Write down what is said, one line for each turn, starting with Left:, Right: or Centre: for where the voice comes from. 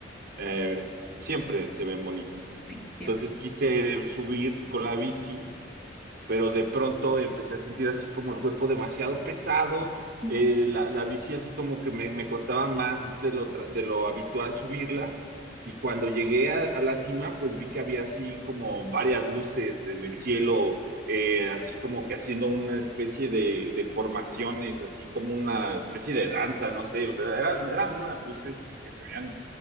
Right: eh, siempre se ven bonitas.
Centre: Sí, siempre.
Right: Entonces quise subir con la bici pero de pronto empecé a sentir así como el cuerpo demasiado pesado,
Centre: Ujú.
Right: eh, la, la bici así como que me, me costaba más de lo, tra- de lo habitual subirla, y cuando llegué a, a la cima, pues vi que había así como varias luces en el cielo, eh, así como que haciendo una especie de, de formaciones, así como una especie de danza, no sé, pero eran, eran unas luces que se veían